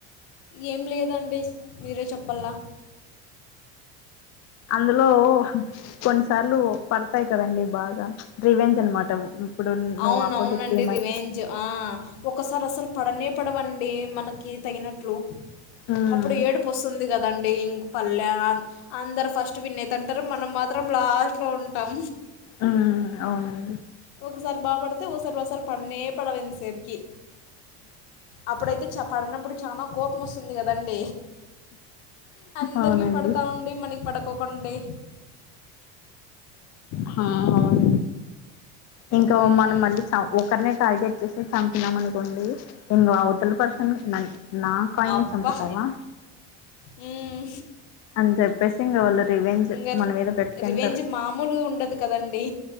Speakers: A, on the left; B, on the left.
A: ఏం లేదండి మీరే చెప్పలా
B: అందులో కొన్నిసార్లు పడతాయి కదండి బాగా రివెంజ్ అనమాట ఇప్పుడు నువ్వు
A: అవును
B: ఆపోజిట్
A: అవునండి
B: టీమ్
A: రివేంజ్
B: అయి
A: ఆ ఒకసారి అసలు పడనే పడవండి మనకి తగినట్లు
B: ఉమ్
A: అప్పుడు ఏడుపు వస్తుంది కదండ ఇంక పల్లె అందరు ఫస్ట్ విన్ తంటారు మనం మాత్రం లాస్ట్లో ఉంటాం
B: ఉ అవును
A: ఒకసారి బాపడితే ఒకసారి ఒకసారి పనే పడవు ఎంతసేపటికీ అప్పుడైతే చ పడినప్పుడు చాలా కోపం వస్తుంది కదండ అందరికి
B: అవునండి
A: పడతా ఉండి మనకి పడుకోకండి
B: హ అవును ఇంకా
A: మ్మ్.
B: మనం మళ్ళీ చ ఒకరినే టార్గెట్ చేసి చం మనుకోండి ఇం ఆ అవతల పర్సన్ నా కాయి
A: అబ్బా
B: ని చంపుతావా
A: హ్మ్.
B: అని చెప్పేసి ఇంకా వాళ్ళు రివేంజ్
A: ఇంగ
B: మన మీద పెట్టుకుంటారు
A: రివెంజ్ మామూలుగా ఉండదు కదండి